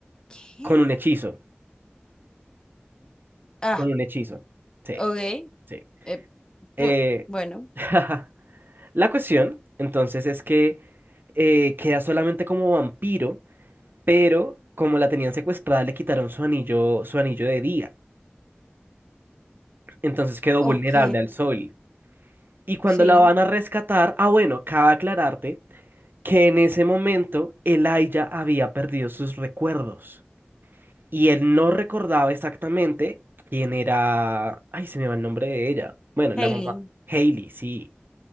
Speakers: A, on the left (about 20°); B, on the right (about 60°).
A: ¿Qué?
B: con un hechizo,
A: Ah,
B: con un hechizo. Sí,
A: ok.
B: sí.
A: eh,
B: Eh,
A: p- bueno,
B: <laughs> la cuestión, entonces, es que eh, queda solamente como vampiro, pero como la tenían secuestrada, le quitaron su anillo, su anillo de día. Entonces quedó
A: ok,
B: vulnerable al sol. Y cuando
A: sí,
B: la van a rescatar, ah, bueno, cabe aclararte que en ese momento Elijah había perdido sus recuerdos y él no recordaba exactamente quién era. Ay, se me va el nombre de ella. Bueno, la
A: Hailey.
B: mamá. Hailey, sí.